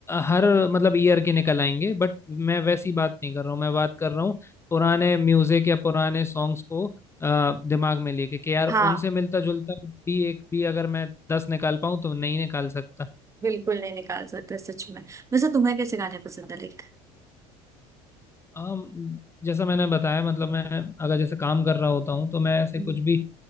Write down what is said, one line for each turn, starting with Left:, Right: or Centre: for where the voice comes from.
Left: हर मतलब ईयर के निकल आएंगे बट मैं वैसी बात नहीं कर रहा हूँ मैं बात कर रहा हूँ पुराने म्यूजिक या पुराने सॉन्ग्स को अ, दिमाग में लेके कि यार
Right: हाँ
Left: उनसे मिलता जुलता भी एक भी अगर मैं दस निकाल पाऊँ तो नहीं निकाल सकता
Right: बिल्कुल नहीं निकाल सकते सच में वैसे तुम्हें कैसे गाने पसंद है लाइक
Left: अम, जैसा मैंने बताया मतलब मैं अगर जैसे काम कर रहा होता हूँ तो मैं ऐसे
Right: हम्म।
Left: कुछ भी